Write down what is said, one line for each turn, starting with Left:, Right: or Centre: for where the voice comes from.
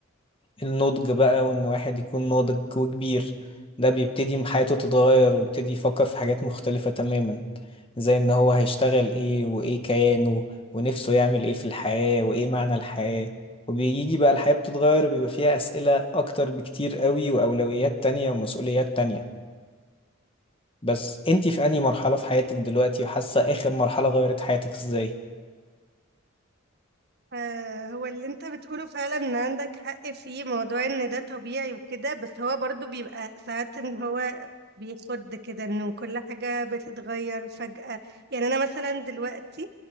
Left: النضج بقى وإن واحد يكون ناضج وكبير ده بيبتدي حياته تتغير ويبتدي يفكر في حاجات مختلفة تماما زي إن هو هيشتغل إيه وإيه كيانه ونفسه يعمل إيه في الحياة وإيه معنى الحياة وبيجي بقى الحياة بتتغير وبيبقى فيها أسئلة أكتر بكتير قوي وأولويات تانية ومسؤوليات تانية بس انتي في انهي مرحلة في حياتك دلوقتي وحاسة اخر مرحلة غيرت حياتك ازاي
Right: آه، هو اللي انت بتقوله فعلا ان عندك حق فيه موضوع ان ده طبيعي وكده بس هو برضو بيبقى ساعات ان هو بيخد كده انه كل حاجة بتتغير فجأة يعني انا مثلا دلوقتي